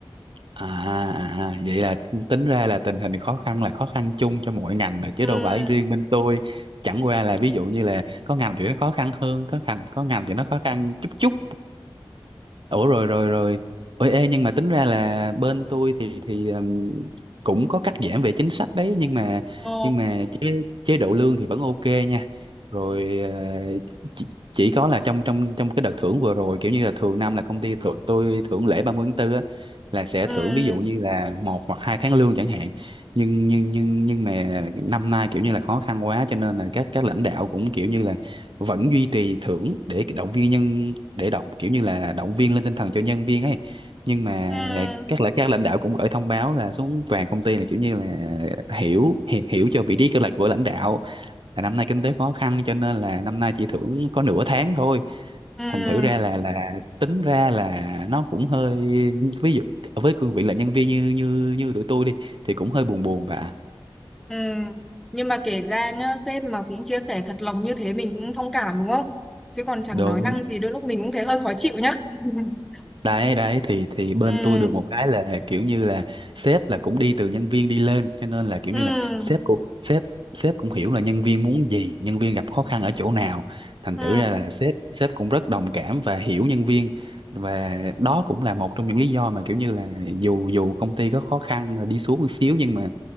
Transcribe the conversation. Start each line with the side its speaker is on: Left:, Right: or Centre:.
Right: À, à, à. vậy là tính ra là tình hình khó khăn là khó khăn chung cho mọi ngành rồi chứ
Centre: ừ
Right: đâu phải riêng bên tôi. Chẳng qua là ví dụ như là có ngành thì nó khó khăn hơn, có ngành có ngành thì nó khó khăn chút chút. Ủa rồi rồi rồi. Ôi ê nhưng mà tính ra là bên tôi thì thì ừm, cũng có cắt giảm về chính sách đấy nhưng mà
Centre: ừ
Right: nhưng mà chế chế độ lương thì vẫn ok nha. Rồi ờ, chỉ, chỉ có là trong trong trong cái đợt thưởng vừa rồi kiểu như là thường năm là công ty thưởng tôi thưởng lễ 30 tháng tư á là sẽ
Centre: ừ
Right: thưởng ví dụ như là một hoặc hai tháng lương chẳng hạn. Nhưng nhưng nhưng nhưng mà năm nay kiểu như là khó khăn quá cho nên là các các lãnh đạo cũng kiểu như là vẫn duy trì thưởng để động viên nhân để động kiểu như là động viên lên tinh thần cho nhân viên ấy nhưng mà
Centre: ừ
Right: các lại các lãnh đạo cũng gửi thông báo là xuống toàn công ty là kiểu như là hiểu hiểu, hiểu cho vị trí kế hoạch của lãnh đạo là năm nay kinh tế khó khăn cho nên là năm nay chỉ thưởng có nửa tháng thôi
Centre: ừ
Right: thành thử ra là là tính ra là nó cũng hơi ví dụ với cương vị là nhân viên như như như tụi tôi đi thì cũng hơi buồn buồn và
Centre: ừ nhưng mà kể ra nhá sếp mà cũng chia sẻ thật lòng như thế mình cũng thông cảm đúng không chứ còn chẳng
Right: đúng
Centre: nói năng gì đôi lúc mình cũng thấy hơi khó chịu nhá <laughs>
Right: đấy đấy thì thì bên
Centre: ừ
Right: tôi được một cái là kiểu như là sếp là cũng đi từ nhân viên đi lên cho nên là kiểu
Centre: ừ
Right: như là sếp cũng sếp sếp cũng hiểu là nhân viên muốn gì nhân viên gặp khó khăn ở chỗ nào thành
Centre: ừ
Right: thử ra là sếp sếp cũng rất đồng cảm và hiểu nhân viên và đó cũng là một trong những lý do mà kiểu như là dù dù công ty có khó khăn rồi đi xuống một xíu nhưng mà